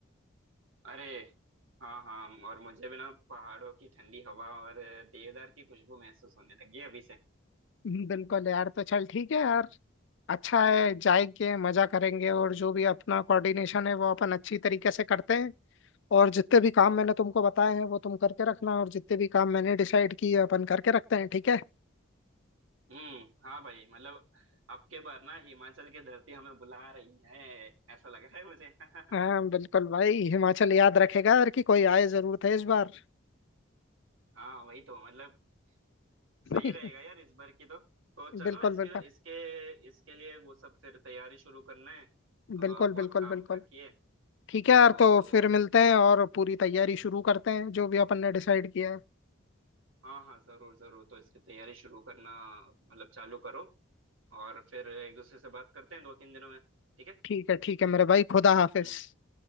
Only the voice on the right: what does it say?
अरे हाँ हाँ और मुझे भी ना पहाड़ों की ठंडी हवा और देवदार की खुशबू महसूस होने लगी है अभी से
हम्म हाँ भाई मतलब अब के बार ना हिमाचल की धरती हमें बुला रही है ऐसा लग रहा है मुझे <laughs>
हाँ वही तो मतलब
सही रहेगा यार इस बार की तो तो चलो
इसके
इसके इसके लिए वो सब फिर तैयारी शुरू करना है अ,
बहुत
काम
बाकी है
तो
हाँ हाँ जरूर जरूर तो इसकी तैयारी शुरू करना मतलब चालू करो और फिर एक दूसरे से बात करते हैं दो तीन दिनों में ठीक है
हम्म